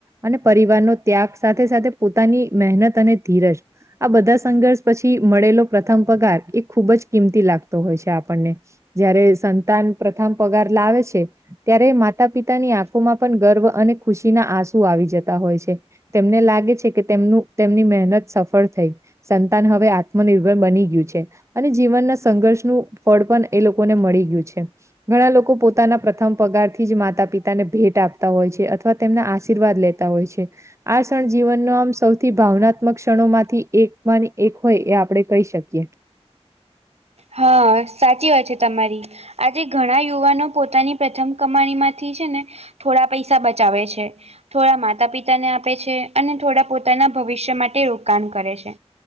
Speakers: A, on the right; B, on the right.
A: અને પરિવારનો ત્યાગ સાથે-સાથે પોતાની મહેનત અને ધીરજ. આ બધા સંઘર્ષ પછી મળેલો પ્રથમ પગાર એ ખૂબ જ કિંમતી લાગતો હોય છે આપણને. જયારે સંતાન પ્રથમ પગાર લાવે છે ત્યારે માતા-પિતાની આંખોમાં પણ ગર્વ અને ખુશીના આંસુ આવી જતા હોય છે. તેમને લાગે છે કે, તેમનું તેમની મહેનત સફળ થઈ. સંતાન હવે આત્મનિર્ભર બની ગયું છે. અને જીવનના સંઘર્ષનું ફળ પણ એ લોકોને મળી ગયું છે. ઘણા લોક કો પોતાના પ્રથમ પગારથી જ માતા પિતાને ભેટ આપતા હોય છે અથવા તેમના આશીર્વાદ લેતા હોય છે. આ ક્ષણ જીવનનો આમ, સૌથી ભાવનાત્મક ક્ષણો માંથી એક માં નો એક હોય એ આપડે કહી શકીએ.
B: હ સાચી વાત છે તમારી. આજે ઘણા યુવાનો પોતાની પ્રથમ કમાણી માંથી છે ને થોડા પૈસા બચાવે છે. થોડા માતા પિતાને આપે છે અને થોડા પોતાના ભવિષ્ય માટે રોકાણ કરે છે.